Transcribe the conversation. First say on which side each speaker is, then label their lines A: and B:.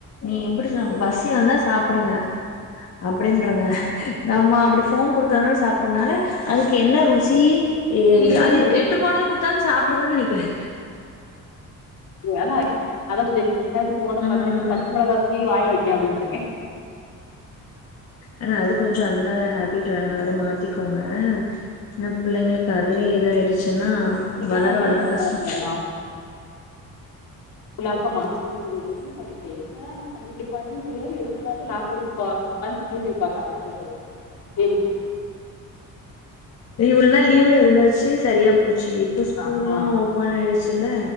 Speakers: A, on the left; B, on the left.
A: நீ எப்டி சொல்லனு பசி வந்தா சாப்டுங்க அப்டின்ருங்க நம்ம அப்டி ஃபோன் குடுக்கறனால சாப்ட்றதுனால அதுக்கு என்ன ருசி ஏய்
B: தெரியாது
A: அது கெட்டு போனத குடுத்தாலு சாப்ட்ருங்கன்னு நெனைக்கிறே
B: ஏன்னா அதா சேரி என்னைக்காது இப்டி போன
A: ம்
B: பாக்கையில பச்ச மிளகாவ கிள்ளி வாய்ல வை கே அப்டின்ருக்க
A: ஆனா அது கொஞ் ச் அந்த ஹேபிட் வேணா அத மாத்திக்கோங்க ஏன்னா பிள்ளைங்களுக்கு அதுவே இதா ச்சின்னா
B: வைக்கவே
A: வளர வளர
B: மாட்டாங்க
A: கஷ்டோ
B: <inaudible> மறச்சு வக்கிறது எல்லாமே பண்ணிட்டே எங்கதா இருந்து கண்டுபிடிப்பாங்கன்னு தெரியாது எடுத்துருவாங்க லாக் எடுத்து பா உக்காந்து யூடியூப் பாக்க ஆரமிச்சிர்றது ரீல்ஸு
A: ஆ இவ்ளோ நாள் லீவ்ல இருந்தாச்சு சரியா போ ச்சு இப்ப ஸ்கூல்லா
B: ஆமா
A: ஓபன் ஆயி ருச்சல்ல